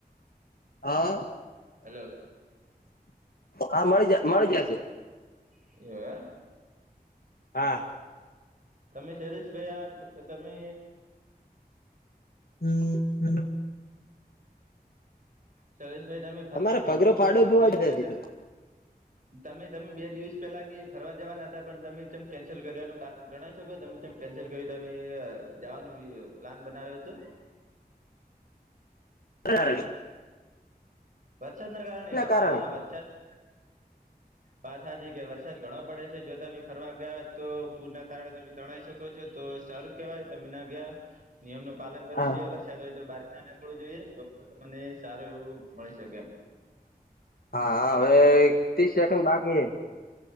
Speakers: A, on the left; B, on the right.
A: હા
B: હેલો
A: હા મળી જ મળી જશે.
B: હે.
A: હા.
B: તમે શરીષ ભાઈ આ તમે
A: હમ હમ
B: શરેશભાઈ તમે ફરવાનું
A: અમારે પગરો
B: એવું
A: પાડો
B: મે સાંભળ્યું
A: ધોવા
B: હતું
A: જ
B: કે
A: હતી તો
B: તમે તમે બે દિવસ પેલા કે ફરવા જવાના હતા પણ તમેમ કેન્સલ કરનું કારણ ગણાવ શકો તમે જેમ કેન્સલ કરી ત જવાનું પ્લાન બનાવ્યો હતો <inaudible>
A: હ
B: વર્ષદ ન કારણેણીય હ
A: કારણે
B: વષદ પાથાજી કે વરસાદ ઘણો પડે છે જો તમે ફરવા ગયા તો પૂર ના કારણે તમે તણાઈ શકો છો તો સારું કેહેવાય તમે ના ગયા નિયમ નું પાલન કરવું
A: હા
B: જોએ વરદય તો બ નીકવું જોઈએ તો તમને સારું એવું મળી શકે એમ
A: હા
B: તો તમારે
A: હવે ત્રીસ સેકન્ડ બાકી હ